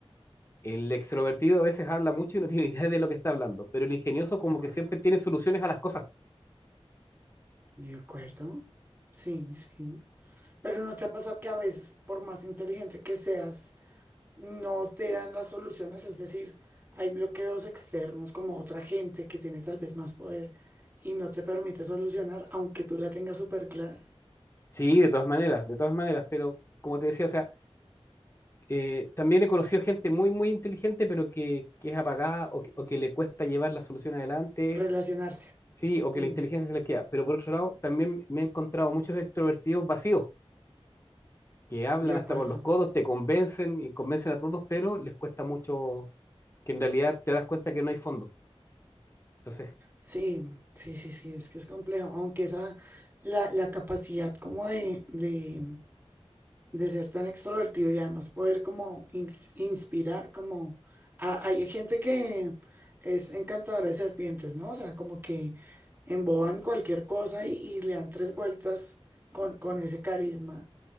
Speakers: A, on the left (about 25°); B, on the right (about 20°).
A: El extrovertido a veces habla mucho y no <laughs> tiene idea de lo que está hablando, pero el ingenioso
B: De
A: como
B: acuerdo,
A: que siempre tiene soluciones a las cosas.
B: de acuerdo. Sí, sí. Pero ¿no te ha pasado que a veces, por más inteligente que seas, no te dan las soluciones, es decir, hay bloqueos externos como otra gente que tiene tal vez más poder y no te permite solucionar, aunque tú la tengas súper clara,
A: Sí, de todas maneras, de todas maneras, pero como te decía, o sea, eh, también he conocido gente muy, muy inteligente, pero que, que es apagada o que, o que le cuesta llevar la solución adelante
B: relacionarse.
A: Sí, o que
B: Mm,
A: la inteligencia se les queda. Pero por otro lado, también me he encontrado muchos extrovertidos vacíos, que hablan
B: de acuerdo.
A: hasta por los codos, te convencen y convencen a todos, pero les cuesta mucho, que en realidad te das cuenta que no hay fondo. Entonces,
B: Sí, sí, sí, sí, es que es complejo, aunque esa, la, la capacidad como de, de de ser tan extrovertido y además poder como ins- inspirar, como a- hay gente que es encantadora de serpientes, ¿no? O sea, como que emboban cualquier cosa y, y le dan tres vueltas con, con ese carisma,